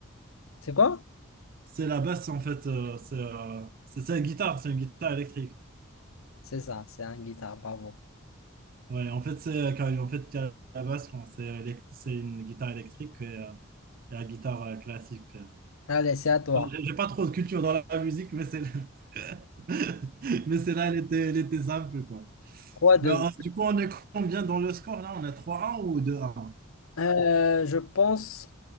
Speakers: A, on the left (about 80°); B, on the right (about 45°).
A: C'est quoi?
B: C'est la basse, en fait, euh, c'est euh, c'est c'est une guitare, c'est une guitare électrique.
A: C'est ça, c'est un guitare, bravo.
B: Ouais, en fait, c'est euh, car- en fait, il la basse, bon, c'est euh, élect- c'est une guitare électrique et, euh, et la guitare euh, classique. Euh,
A: Allez, c'est à toi.
B: J'ai j'ai pas trop de culture dans la musique, mais c'est <laughs> mais celle-là, elle était, elle était simple, quoi.
A: Trois deux.
B: Mais euh, du coup, on est combien dans le score là? On est trois un ou deux 1
A: Euh, je pense